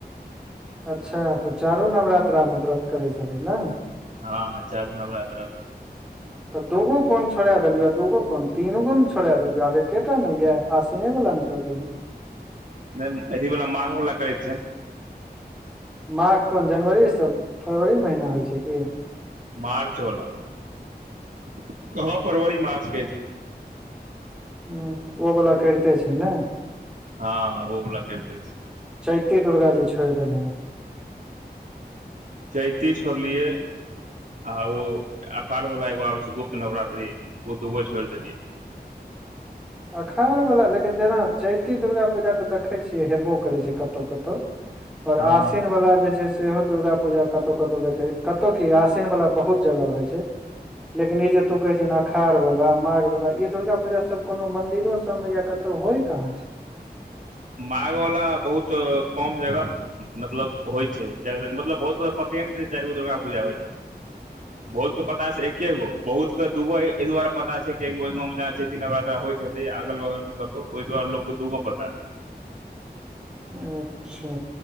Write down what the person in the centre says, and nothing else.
अच्छा तऽ चारो नवरात्रा मे व्रत करै छलैय नै
<inaudible> <inaudible> तऽ दूगो कोन छोड़ा देलियु दूगो कोन तीन गो ने छोड़ा देलियौ आब एकेटा ने ये आसीने वाला ने करबै है
माघ कोन जनवरी सब फरवरी महिना होइ छै की
ह ओ वला करिते छै नै
चैति दुर्गााजे छोड़ि देलनि हँ
अखाढ़ वाला लेकिन जेना चैती दुर्गा पूजा तऽ देखै छियै हेबो करै छै कतौ कतौ आशिन
आशिन वला जे छै से सेहो दुर्गा पूजा कतौ कतौ देखे कतौ की आशिन वाला बहुत जगह होइ छै लेकिन ई जे तू कहे छ अखाढ़ वाला माघ वाला ई दुर्गा पूजा सब कोनो मंदिरो सब मे या कतौ होय कहाँ छै
<inaudible> <inaudible>
अच्छा